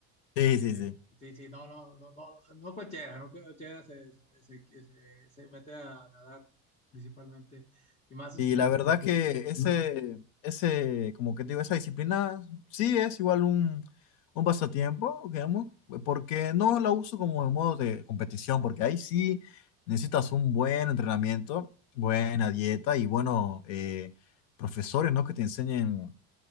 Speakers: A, on the left; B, on the left.
A: Sí,
B: eh,
A: sí, sí.
B: sí, sí, no, no, no, no, no cualquiera, no cualquiera se, se, se- que se- se mete a nadar principalmente y más, este,
A: Y la verdad Sí. que ese, ese, como que te digo, esa disciplina sí es igual un, un pasatiempo, digamos, porque no la uso como en modo de competición, porque ahí sí necesitas un buen entrenamiento, buena dieta y buenos eh, profesores, ¿no? Que te enseñen